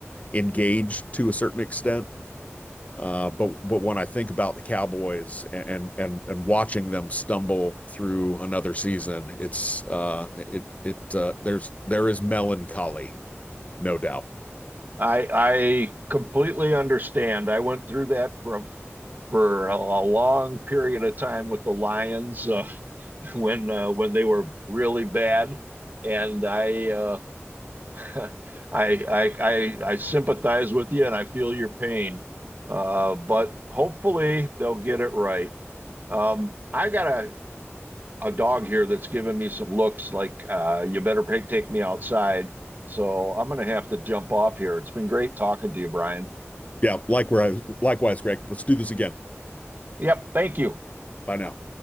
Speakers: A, on the left; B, on the right.
A: engaged to a certain extent. Uh, but but when I think about the Cowboys and and and watching them stumble through another season, it's uh, it it uh, there's there is melancholy, no doubt.
B: I I completely understand. I went through that from for a, a long period of time with the Lions uh, <laughs> when uh, when they were really bad, and I, uh, <laughs> I I I I sympathize with you and I feel your pain. Uh, but hopefully they'll get it right. Um, I got a, a dog here that's giving me some looks like, uh, you better pay, take me outside. So I'm going to have to jump off here. It's been great talking to you, Brian.
A: Yeah, likewise, likewise, Greg. Let's do this again.
B: Yep. Thank you.
A: Bye now.